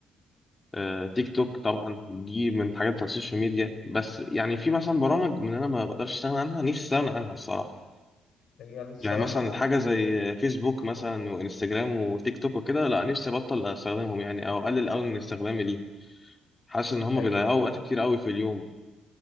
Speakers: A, on the left; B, on the left.
A: آه، تيك توك طبعا دي من الحاجات بتاعت السوشيال ميديا بس يعني في مثلا برامج من انا ما بقدرش استغنى عنها نفسي استغنى عنها الصراحه
B: هي الصراحه
A: يعني مثلا
B: ال...
A: حاجه زي فيسبوك مثلا وانستجرام وتيك توك وكده لا نفسي ابطل استخدمهم يعني او اقلل قوي من استخدامي ليه حاسس ان هم
B: ايوه
A: بيضيعوا وقت كتير قوي في اليوم